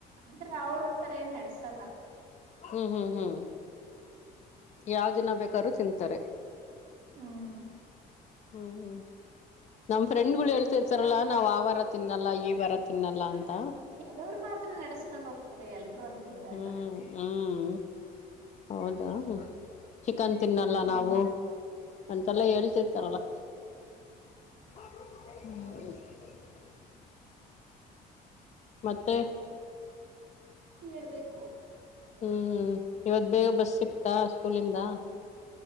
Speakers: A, on the right; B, on the left.
A: ಅಂದ್ರೆ ಅವ್ರ ಆತರ ಏನ್ ನೆಡ್ಸಲ್ಲ.
B: ಹ್ಮ್ ಹ್ಮ್ ಹ್ಮ್ ಯಾವ ದಿನ ಬೇಕಾದ್ರು ತಿಂತಾರೆ.
A: ಹ್ಮ್
B: ಹ್ಮ್ ಹ್ಮ್ ನಮ್ ಫ್ರೆಂಡ್ ಗಳು ಹೇಳ್ತಿರ್ತಾರಲ್ಲಾ ನಾವ್ ಆವಾರ ತಿನ್ನಲ್ಲ ಈ ವಾರ ತಿನ್ನಲ್ಲ ಅಂತ
A: ಕೆಲವ್ರು ಮಾತ್ರ ನಡೆಸ್ಕೊಂಡ್ ಹೋಗ್ತಾರೆ ಎಲ್ರು ಹಂಗೆ ಇರಲ್ಲ.
B: ಹ್ಮ್ ಹ್ಮ್ ಹೌದಾ ಚಿಕನ್ ತಿನ್ನಲ್ಲ
A: ಹ್ಮ್
B: ನಾವು ಅಂತೆಲ್ಲ ಹೇಳ್ ತ್ತಾರಲ್ಲ
A: ಹೌದು
B: <inaudible>
A: ಹೌದು
B: ಮತ್ತೆ
A: ಹೇಳ್ಬೇಕು
B: ಹ್ಮ್ ಇವತ್ ಬೇ ಬೇಗ ಬಸ್ ಸಿಕ್ತಾ ಸ್ಕೂಲಿಂದ